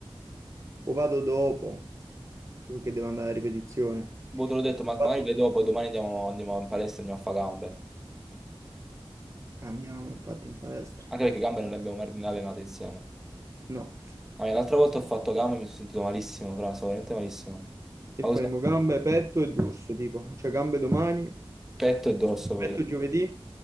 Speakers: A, on the right; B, in the centre.
A: o vado dopo, perché devo andare a ripetizione.
B: Boh, te l'ho detto, ma magari
A: Vado-
B: vai dopo e domani andiamo, andiamo in palestra e andiamo a fare gambe.
A: Andiamo infatti in palestra.
B: Anche perché gambe non le abbiamo mai allenate insieme.
A: No.
B: Ah, L'altra volta ho fatto gambe e mi sono sentito malissimo, fra, stavo veramente malissimo. Ma
A: e faremo
B: cos'è?
A: gambe, petto e dorso, tipo, cioè gambe domani,
B: Petto e dorso poi.
A: petto giovedì